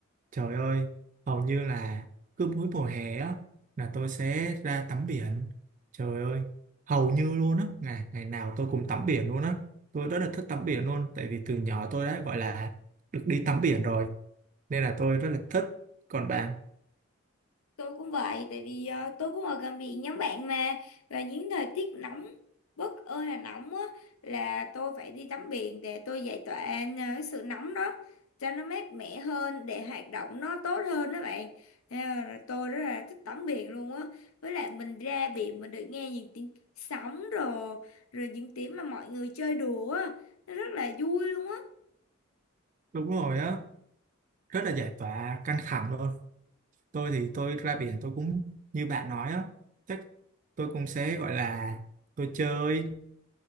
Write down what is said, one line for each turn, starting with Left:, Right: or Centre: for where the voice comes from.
Right: Trời ơi, hầu như là cứ mỗi mùa hè á, là tôi sẽ ra tắm biển. Trời ơi, hầu như luôn á, ngày, ngày nào tôi cũng tắm biển luôn á. Tôi rất là thích tắm biển luôn, tại vì từ nhỏ tôi đã gọi là được đi tắm biển rồi. Nên là tôi rất là thích. Còn bạn,
Left: Tôi cũng vậy, tại vì ờ, tôi cũng ở gần biển nhóm bạn mà. Và những thời tiết nóng, bất ơi là nóng á, là tôi phải đi tắm biển để tôi giải tỏa ờ, cái sự nóng đó, cho nó mát mẻ hơn, để hoạt động nó tốt hơn đó bạn. Nên là tôi rất là thích tắm biển luôn á. Với lại mình ra biển mình được nghe những tiếng sóng rồi, rồi những tiếng mà mọi người chơi đùa á, nó rất là vui luôn á.
Right: đúng rồi á, rất là giải tỏa căng thẳng luôn. tôi thì tôi ra biển tôi cũng như bạn nói á chắc tôi cũng sẽ gọi là tôi chơi